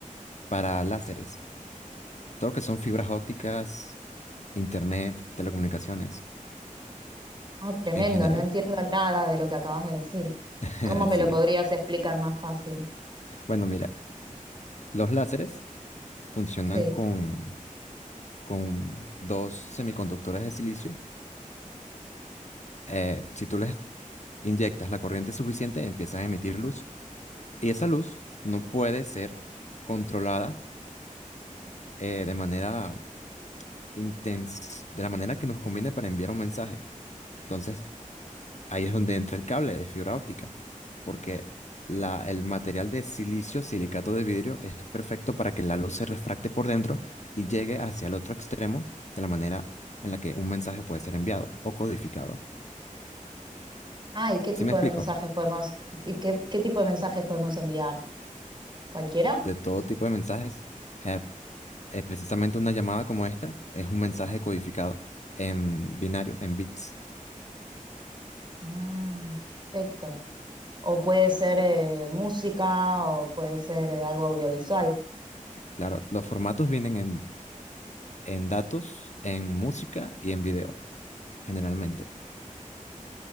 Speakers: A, on the left (about 55°); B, on the right (about 35°).
A: para láseres. Todo lo que son fibras ópticas, internet, telecomunicaciones
B: Ah, tremendo,
A: en general.
B: no entiendo nada de lo que acabas de decir.
A: <laughs>
B: ¿Cómo me
A: Sí.
B: lo podrías explicar más fácil?
A: Bueno, mira, los láseres funcionan
B: Sí.
A: con, con dos semiconductores de silicio. Eh, si tú les inyectas la corriente suficiente, empiezan a emitir luz. Y esa luz no puede ser controlada eh, de manera intens- de la manera que nos conviene para enviar un mensaje. Entonces, ahí es donde entra el cable de fibra óptica, porque la, el material de silicio, silicato de vidrio, es perfecto para que la luz se refracte por dentro y llegue hacia el otro extremo de la manera en la que un mensaje puede ser enviado o codificado.
B: Ah, ¿y qué tipo
A: ¿Sí me explico?
B: de mensajes podemos, y qué, qué tipo de mensajes podemos enviar? ¿Cualquiera?
A: De todo tipo de mensajes, eh, eh, precisamente una llamada como esta es un mensaje codificado en binario, en bits.
B: Ah, perfecto. O puede ser eh, música o puede ser eh, algo audiovisual.
A: Claro, los formatos vienen en, en datos, en música y en video, generalmente.